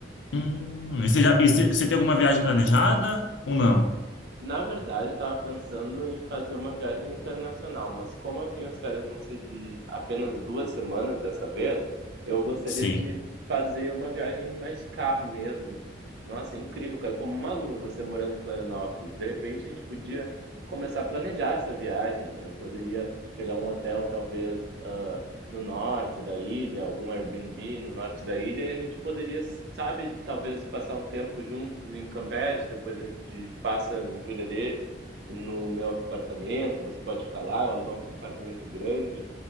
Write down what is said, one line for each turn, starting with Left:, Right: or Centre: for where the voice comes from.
Left: Hum, e você já, e você você tem alguma viagem planejada ou não?
Right: Na verdade, eu tava pensando em fazer uma viagem internacional, mas como as minhas férias vão ser de apenas duas semanas dessa vez, eu gostaria
Left: Sim,
Right: de fazer uma viagem mais de carro mesmo. Nossa, é incrível, cara, como uma luva você morando em Florianópolis. De repente, a gente podia começar a planejar essa viagem. Eu poderia pegar um hotel, talvez, ah, no norte da ilha, algum Airbnb no norte da ilha, e a gente poderia, sabe, talvez passar um tempo juntos em Campeche, depois a gente passa em Jurerê, no meu apartamento, você pode ficar lá, eu alugo um apartamento grande,